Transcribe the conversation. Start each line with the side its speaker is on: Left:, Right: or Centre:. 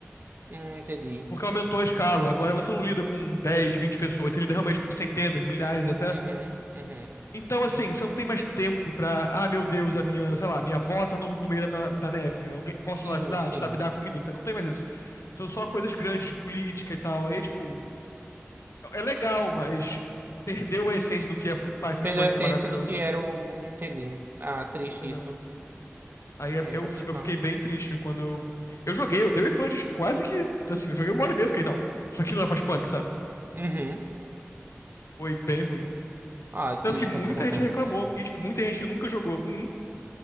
Right: Hum, entendi.
Left: Porque aumentou a escala. Agora você não lida com 10, 20 pessoas, você lida realmente com centenas, milhares até.
Right: Uhum, uhum.
Left: Então, assim, você não tem mais tempo pra. Ah, meu Deus, a minha, sei lá, minha avó tá no, no meio da, da neve. Alguém, posso
Right: Sim,
Left: lá ajudar?
Right: sim.
Left: Te dar, me dar comida? Então, não tem mais isso. São só coisas grandes de política e tal. E, tipo, é legal, mas perdeu a essência do que é Firefly
Right: Perdeu
Left: Punk
Right: a essência
Left: ser maravilhoso.
Right: do que era o. Entendi. Ah, triste
Left: Entendeu?
Right: isso.
Left: Aí é-
Right: Aí
Left: eu,
Right: é complicado.
Left: eu fiquei bem triste quando eu. Eu joguei, eu dei o refund, tipo, quase que. Assim, eu joguei uma hora e meia, eu fiquei, não. Isso aqui não é Frostpunk, sabe?
Right: Uhum.
Left: Foi bem ruim.
Right: Ah, é
Left: Tanto
Right: triste
Left: que muita
Right: quando isso acontece.
Left: gente reclamou, e, tipo, muita gente que nunca jogou um